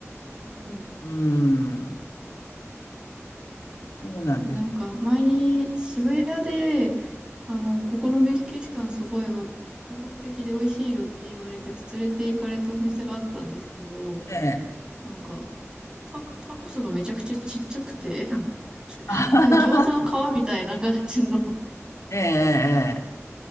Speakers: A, on the right; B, on the left.
A: うん
B: うーん、そうなんです
A: でなんか、前に渋谷で、あの、ここのメキシカンすごい本格的で美味しいよって言われて連れて行かれたお店があったんですけど、
B: ね。
A: なんか、タ、タコスがめちゃくちゃちっちゃくて、うん
B: <laughs>
A: なんか餃子の皮みたいな感じの
B: ええ、ええ、